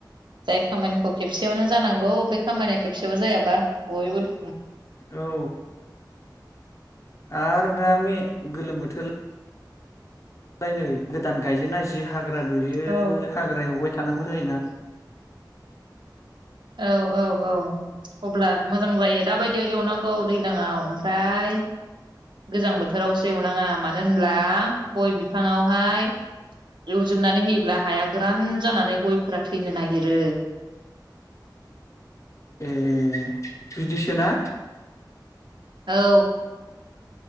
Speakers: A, on the right; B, on the left.
A: जाय खामानिखौ खेबसे सेयावनो जानांगौ बे खामानिया खेबसेबो जायाबा बयबो दु
B: औ। आरो दा बेे गोलोम बोथोर फ्राय नै गोदान गायजेननाय जि हाग्रा दुयो
A: औ
B: हाग्रा एवबाय थानांगौ जायोना।
A: औ औ औ अब्ला मोजां जायो दाबायदि एवनांगौ दैलांआव ओमफ्राय गोजां बोथोरावसो एवनाङा मानो होनब्ला गय बिफाङावहाय एवजोबनानै होयोब्ला हाया गोरान जानानै गयफोरा थैनो नागिरो।
B: ए बिदिसोना
A: औ।